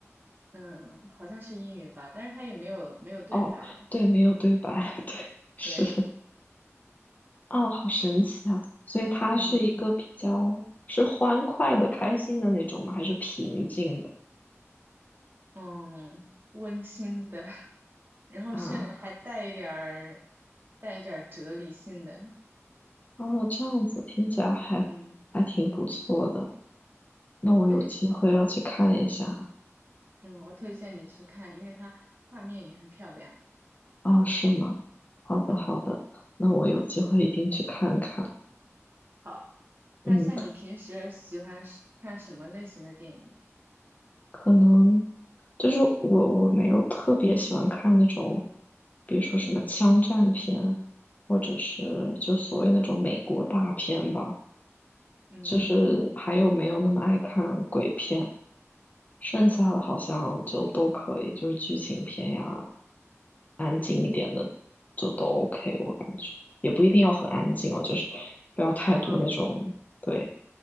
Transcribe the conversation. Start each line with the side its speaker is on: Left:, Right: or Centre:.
Right: 嗯，好像是英语的吧，但是它也没有没有对白，
Left: 哦，对，没有对白，<laughs> 对，是，
Right: 对，
Left: 哦，好神奇啊！所以它是一个比较是欢快的、
Right: 嗯
Left: 开心的那种吗？还是平静的
Right: 嗯，温馨的，<laughs> 然后甚至还带一点儿
Left: 啊？
Right: 带一点儿哲理性的，
Left: 哦，这样子听起来还还挺不错的。
Right: 嗯嗯，
Left: 那我有机会要去看一下。
Right: 对，嗯，我推荐你去看，因为它画面也很漂亮，
Left: 哦，是吗？好的，
Right: 嗯，
Left: 好的，那我有机会一定去看看。
Right: 好，那像你平时喜欢是看什么类型的电影？
Left: 嗯。可能就是我我没有特别喜欢看那种，比如说什么枪战片，
Right: 嗯
Left: 或者是就所谓那种美国大片吧，
Right: 嗯
Left: 就是还有没有那么爱看鬼片，剩下的好像就都可以，就是剧情片呀，安静一点的就都 OK，我感觉也不一定要很安静哦，就是不要太多那种对
Right: 啊